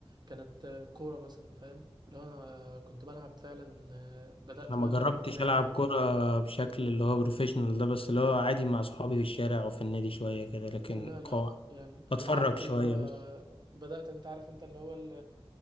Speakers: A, on the right; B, on the left.
A: كانت آه، كوره مثلا فاهم لو انا كنت بلعب فعلا آه، بدأت
B: انا ما
A: بقى ان
B: جربتش
A: انا اروح نادي
B: العب كرة بشكل اللي هو بروفيشنال ده بس اللي هو عادي مع اصحابي في الشارع او في النادي شوية كده لكن
A: لا لا
B: قوة
A: يعني
B: بتفرج
A: لعبت
B: شوية
A: اللي هو
B: بس
A: بدأت انت عارف انت اللي هو ال...